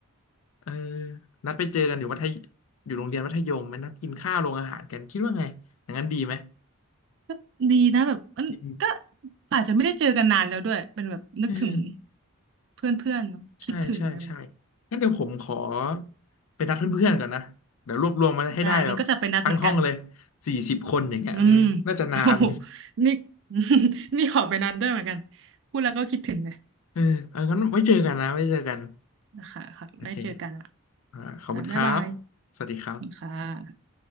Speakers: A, on the left (about 75°); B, on the right (about 55°).
A: เออนัดไปเจอกันอยู่มัธยอยู่โรงเรียนมัธยมไปนัดกินข้าวโรงอาหารกันคิดว่าไงอย่างนั้นดีไหม
B: ก็ดีนะแบบเอมก็
A: ดี
B: อาจจะไม่ได้เจอกันนานแล้วด้วยเป็นแบบนึกถึง
A: เออ
B: เพื่อนๆเนาะคิดถึงอะไรแบบ
A: ใช่ใช่ใช่งั้นเดี๋ยวผมขอไปนัดเพื่อนๆก่อนนะเดี๋ยวรวบรวมมาให้ได้แบบทั้งห้องเลย
B: ได้นี่ก็จะไปนัดเหมือนกัน
A: สี่สิบคนอย่างเงี้ยเออน่าจะนาน
B: อืมโอ้โหนี่ <laughs> นี่ขอไปนัดด้วยเหมือนกันพูดแล้วก็คิดถึงเลย
A: เออเอองั้นไว้เจอกันนะไว้เจอกัน
B: นะคะค่ะไม่เจอกันอ่ะ
A: โอเคอ่าขอบคุณครับ
B: ค่ะบ๊ายบาย
A: สวัสดีครับ
B: ค่ะ